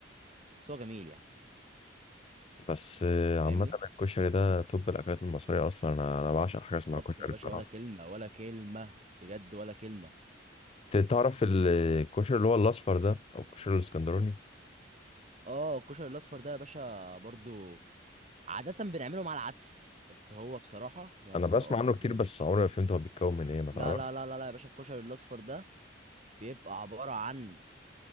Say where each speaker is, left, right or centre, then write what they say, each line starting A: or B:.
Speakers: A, on the right (about 35°); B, on the left (about 30°).
A: بس هو جميل يعني
B: بس آه، عامة
A: فاهمني
B: الكشري ده توب الأكلات المصرية أصلا أنا أنا بعشق حاجة
A: بالظبط
B: اسمها كشري
A: يا باشا
B: بصراحة
A: ولا كلمه ولا كلمه بجد ولا كلمه
B: ت- تعرف ال- الكشري اللي هو الأصفر ده أو الكشري الإسكندراني
A: اه الكشري الاصفر ده يا باشا برضو عاده بنعمله مع العدس بس هو بصراحه يا نهار
B: انا بسمع عنه
A: ابيض
B: كتير بس عمري ما فهمت هو بيتكون من ايه ما
A: لا
B: تعرف
A: لا لا لا لا يا باشا الكشري الاصفر ده بيبقى عباره عن